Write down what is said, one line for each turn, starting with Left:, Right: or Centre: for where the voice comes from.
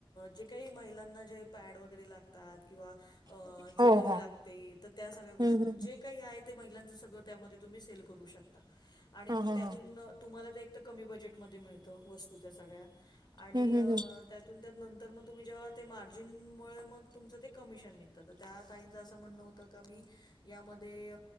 Left: जे काही महिलांना जे पॅड वगैरे लागतात किंवा अ ज्वेलरी
Right: हो हो
Left: लागते तर त्या सगळ्या गोष्टी
Right: हम्म हम्म
Left: जे काही आहे ते महिलांच सगळ त्यामध्ये तुम्ही सेल करू शकता आणि
Right: हा
Left: मग
Right: हा
Left: त्यातून
Right: हा
Left: तुम्हाला ते एक तर कमी बजेटमध्ये मिळतं वस्तू त्या सगळ्या
Right: हम्म
Left: आणि
Right: हम्म हम्म
Left: त्यातून त्यातनंतर मग तुम्ही जेव्हा ते मार्जिनमुळे मग तुमचं ते कमिशन निघ त तर त्या ताईच असं म्हणं होतं का मी यामध्ये